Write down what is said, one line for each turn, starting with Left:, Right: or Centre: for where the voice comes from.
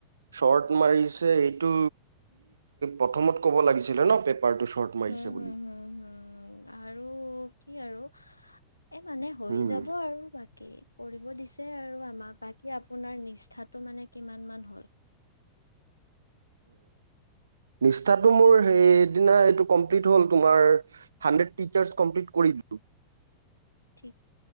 Right: চৰ্ট মাৰিছে এইটো প্ৰথমত কব লাগিছিলে ন পেপাৰটো শৰ্ট মাৰিছে
Left: হম হম
Right: বুলি
Left: হম হম আৰু কি আৰু এই মানে হৈ
Right: উম
Left: যাব আৰু বাকী কৰিব দিছে আৰু আমাক বাকী আপোনাৰ নিষ্ঠাটো মানে কিমান মান হ'ল
Right: নিষ্ঠাটো মোৰ সেইদিনা এইটো কমপ্লিট হ'ল তোমাৰ হাণ্ড্ৰেড টিচাৰ্চ কমপ্লিট কৰিলো
Left: ঠিক